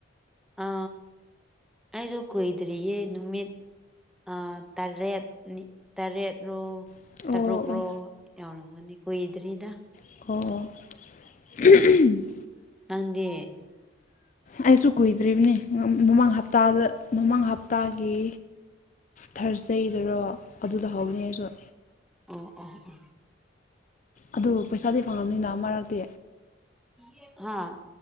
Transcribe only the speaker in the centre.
ꯑ ꯑꯩꯗꯨ ꯀꯨꯏꯗ꯭ꯔꯤꯌꯦ ꯅꯨꯃꯤꯠ ꯑ ꯇꯔꯦꯠ ꯇꯔꯦꯠꯂꯣ
ꯇꯔꯨꯛꯔꯣ
ꯌꯥꯎꯔꯝꯒꯅꯤ ꯀꯨꯏꯗ꯭ꯔꯤꯗ
ꯅꯪꯗꯤ
ꯑꯣ ꯑꯣ ꯑꯣ
<unintelligible> ꯍꯥꯥ